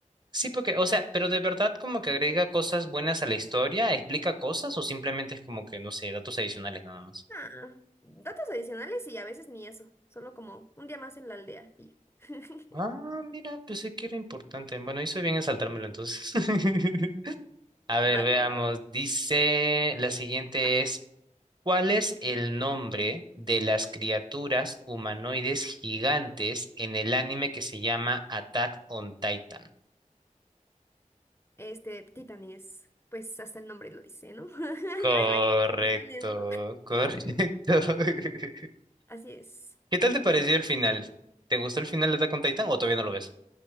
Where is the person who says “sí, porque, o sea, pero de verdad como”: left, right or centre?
Right